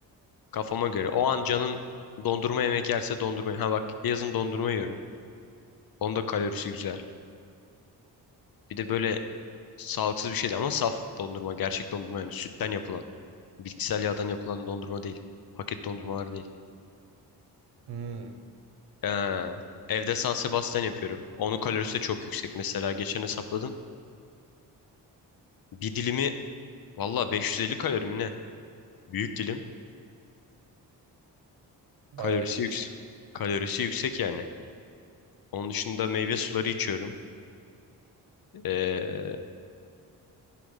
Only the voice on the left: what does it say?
Kafama göre. O an canım dondurma yemek yerse dondurma. Ha bak yazın dondurma yiyorum. Onda kalorisi güzel. Bir de böyle sağlıksız bir şey değil ama saf dondurma. Gerçek dondurma yani sütten yapılan. Bitkisel yağdan yapılan dondurma değil. Paket dondurmalar değil.
Ee, evde San Sebastian yapıyorum. Onun kalorisi de çok yüksek. Mesela geçen hesapladım. Bir dilimi valla 550 kalori mi ne? Büyük dilim.
Kalorisi
yüksek. Kalorisi yüksek yani. Onun dışında meyve suları içiyorum. Ee,